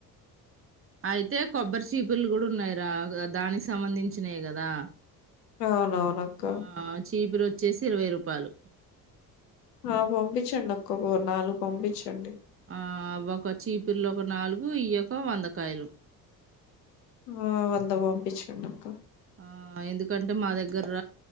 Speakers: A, on the right; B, on the left.
A: అయితే కొబ్బరి చీపులు కూడా ఉన్నాయిరా దానికి సంబంధించినాయే కదా
B: అవునవునక్క
A: ఆ చీపురు వచ్చేసి ఇరవై రూపాయలు
B: ఆ పంపించండి ఒక్క ఓ నాలుగు పంపించండి
A: ఆ ఒక చీపిర్లు ఒక నాలుగు ఈ యొక వందకాయలు
B: ఆ వద్ద పంపించండి అక్క
A: ఆ ఎందుకంటే మా దగ్గర